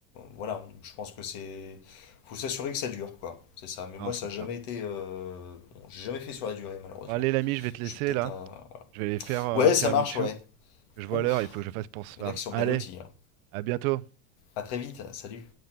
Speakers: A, on the left; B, on the right.
A: voilà, je pense que c'est... Faut s'assurer que ça dure, quoi. C'est ça. Mais
B: Non,
A: moi,
B: c'est
A: ça a
B: ça.
A: jamais été... euh, bon, j'ai jamais fait sur la durée, malheureusement.
B: Bon, allez, l'ami, je vais te laisser
A: Je suis peut-être
B: là.
A: un...
B: Je vais aller faire euh,
A: Ouais,
B: un tiramisu.
A: ça marche, ouais.
B: Je vois
A: Ouf,
B: l'heure, il faut que je le fasse pour ce soir.
A: il y en a qui sont
B: Allez,
A: bien lotis, hein.
B: à bientôt.
A: À très vite, salut.